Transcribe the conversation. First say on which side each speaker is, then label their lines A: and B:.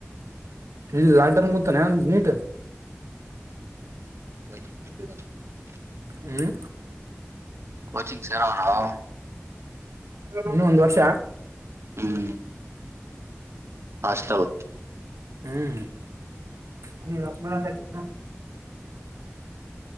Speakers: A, on the right (about 80°); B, on the right (about 65°).
A: ಇಲ್ಲಿ ಲಾಕ್ಡನ್ ಮೂತ ನನ್ ನೀಟ
B: <unintelligible>
A: ಹ್ಮ
B: ಕೋಚಿಂಗ್ ಸೇರಾವಣಾವ
A: ಇನ್ನ ಒಂದ್ ವರ್ಷಾ
B: ಹ್ಮ್ ಹಾಸ್ಟೆಲ್
A: ಹ್ಮ್ ಅ ಲಕ್ಷ್ಮಣಂತಗಿದ್ದರ